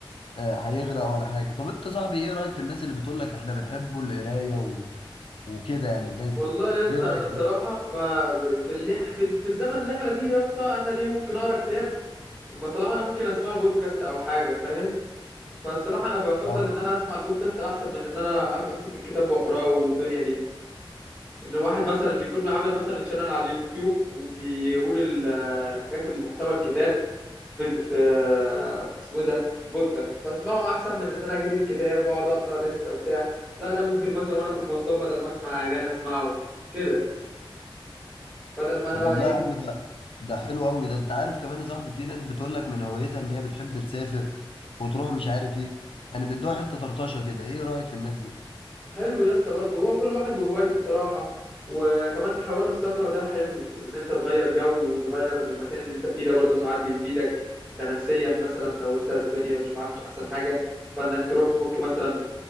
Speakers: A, on the left (about 75°); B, in the centre.
A: آه، هيغرق ولا حاجه طب انت صاحبي ايه رايك في الناس اللي بتقول لك احنا بنحبوا القرايه و- وكده يعني الناس
B: والله
A: دي
B: يا اسطى
A: ايه رايك
B: انا بصراحه ب... في اللي إح- في, ال- في الزمن اللي احنا فيه ده يا اسطى انا ليه ممكن اقرا كتاب ما طالما انا ممكن اسمع بودكاست او حاجه فاهم فالصراحه انا بفضل
A: فيه
B: ان انا اسمع البودكاست احسن من ان انا امسك الكتاب واقراه والدنيا دي ان واحد مثلا يكون عامل مثلا تشانل على اليوتيوب وبيقول ال- الحاجات المحتوى الكتاب في في في اسمه إيه ده في بودكاست فاسمعه احسن من ان انا اجيب الكتاب واقعد اقرا لسه وبتاع لا ده ممكن مثلا وانا في المواصلات بدل ما اسمع اغاني اسمعه كده بدل ما انا
A: طب
B: بقى
A: والله
B: ايه
A: يا عم ده ده حلو قوي ده انت عارف كمان يا صاحبي في ناس بتقول لك من هوايتها ان هي بتحب تسافر وتروح مش عارف ايه يعني بيدوها حته طرطشه كده ايه رايك في الناس دي
B: حلو يا اسطى برضه هو كل واحد وهوايته بصراحه وكمان حوار السفر ده حلو ان انت تغير جو وتغير المكان اللي انت فيه ده برضه ساعات بيفيدك كنفسيا مثلا لو انت الدنيا مش معاك مش احسن حاجه فانك تروح تفك مثلا